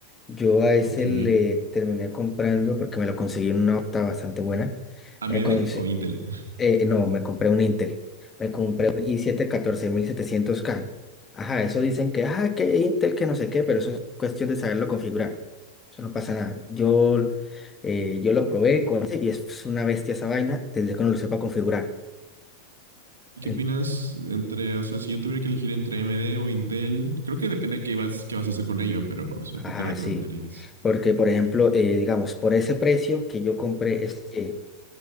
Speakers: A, on the left; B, on the right.
A: Yo a ese
B: Ok.
A: le terminé comprando porque me lo conseguí en una oferta bastante buena.
B: ¿AMD
A: Me, conse-
B: o Intel?
A: eh, no, me compré un Intel. Me compré un i siete catorce mil setecientos k Ajá, eso dicen que, ah, que Intel, que no sé qué, pero eso es cuestión de saberlo configurar. Eso no pasa nada. Yo, eh, yo lo probé con ese y es una bestia esa vaina desde que uno lo sepa configurar.
B: ¿Y qué
A: En-
B: opinas entre, o sea, si yo tuviera que elegir entre AMD o Intel, creo que depende de qué vas, qué vas a hacer con ello, pero, o sea,
A: Ajá,
B: ¿tú qué recomendarías?
A: sí. Porque, por ejemplo, eh, digamos, por ese precio que yo compré este,